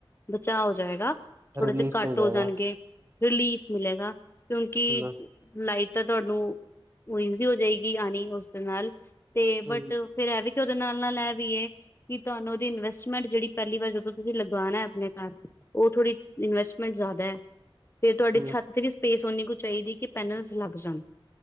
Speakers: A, on the left; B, on the right.
A: ਬਚਾਅ ਹੋ ਜਾਏਗਾ ਥੋੜਾ
B: ਰਿਲੀਫ
A: ਜਿਹੇ ਘੱਟ
B: ਮਿਲ ਜਾਏਗਾ
A: ਹੋ ਜਾਣਗੇ, ਰਿਲੀਫ਼ ਮਿਲੇਗਾ ਕਿਉਂਕਿ
B: ਹਮ
A: ਲਾਈਟ ਤਾਂ ਤੁਆਨੂੰ ਈਜ਼ੀ ਔ ਜਾਏਗੀ ਆਣੀ ਉਸਦੇ ਨਾਲ, ਤੇ
B: ਹਮ
A: ਬਟ ਫੇਰ ਏ ਵੀ ਕਿ ਉਦੇ ਨਾਲ ਨਾਲ ਏ ਵੀ ਏ, ਕਿ ਤੁਆਨੂੰ ਉਦੀ ਇਨਵੈਸਟਮੈਂਟ ਜੇੜੀ ਪੇਲੀ ਵਾਰ ਜਦੋਂ ਤੁਸੀਂ ਲਗਾਣਾ ਆਪਣੇ ਘਰ ਉਹ ਥੋੜ੍ਹੀ ਇਨਵੈਸਟਮੈਂਟ ਜ਼ਾਦਾ ਏ ਫਿਰ ਤੁਆਡੀ
B: ਹਮ
A: ਛੱਤ ਤੇ ਵੀ ਸਪੇਸ ਓਨੀ ਕੁ ਚਾਈਦੀ, ਕਿ ਪੈਨਲਸ ਲੱਗ ਜਾਣ,